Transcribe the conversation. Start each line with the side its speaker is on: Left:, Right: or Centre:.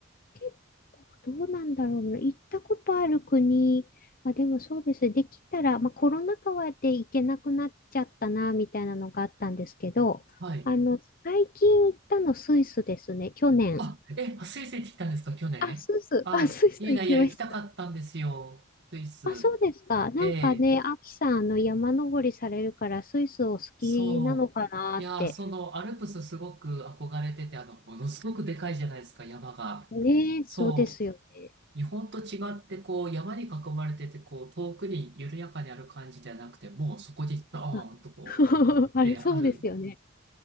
Left: 結構どうなんだろうな。行ったことある国、あ、でもそうです。できたら、ま、コロナ禍で行けなくなっちゃったな、みたいなのがあったんですけど、
Right: はい。
Left: あの、最近行ったのスイスですね。去年。
Right: あ、え、スイス行ってきたんですか去年あ、
Left: あ、スイス。あ、スイス行きました。
Right: いいな、いや、行きたかったんですよ。スイス。
Left: あ、そうですか。なんかね、
Right: ええ、
Left: アキさん、あの、山登りされるから、スイスお好きなのかなって。
Right: そう。いやー、その、アルプスすごく憧れてて、あの、ものすごくでかいじゃないですか、山が。
Left: ねえ、そうですよね。
Right: そう。日本と違って、こう、山に囲まれてて、こう、遠くに緩やかにある感じじゃなくて、もうそこにドーンとこ
Left: あ、<laughs> あれ、
Right: う、えーある。
Left: そうですよね。